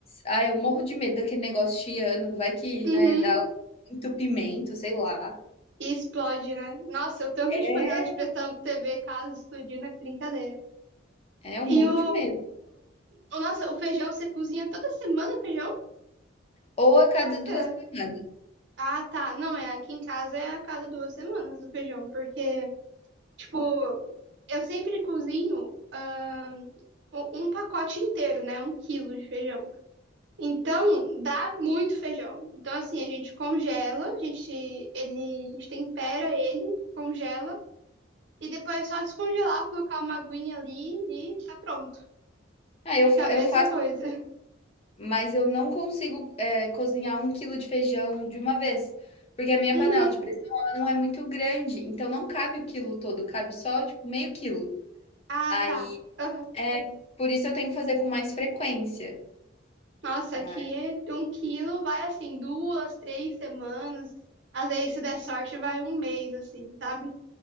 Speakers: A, on the left (about 30°); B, on the right (about 65°).
A: ah, eu morro de medo daquele negócio chiando, vai que,
B: Uhum.
A: né, dá um entupimento, sei lá.
B: E explode, né? Nossa, o tanto
A: É,
B: de panela de pressão que você vê caso explodir não é brincadeira.
A: é, eu
B: E
A: morro
B: o...
A: de medo.
B: o. Nossa, o feijão você cozinha toda semana o feijão?
A: Ou a cada 2
B: Café?
A: semanas.
B: Ah, tá. Não, é. Aqui em casa é a cada duas semanas o feijão, porque, tipo, eu sempre cozinho ahn, um um pacote inteiro, né? Um quilo de feijão. Então, dá muito feijão. Então, assim, a gente congela, a gente, ele, a gente tempera ele, congela. E depois é só descongelar, colocar uma aguinha ali e tá pronto.
A: Ah, eu
B: Fica
A: fa
B: a mesma
A: eu faço
B: coisa.
A: mas eu não consigo, eh, cozinhar um quilo de feijão de uma vez, porque a minha
B: Uhum.
A: panela de pressão ela não é muito grande, então não cabe o quilo todo, cabe só, tipo, meio quilo.
B: Ah,
A: Aí
B: tá. Aham.
A: é, por isso eu tenho que fazer com mais frequência.
B: Nossa,
A: Mas
B: aqui é de um quilo, vai assim, duas, três semanas. Às vezes, se der sorte, vai um mês, assim, sabe?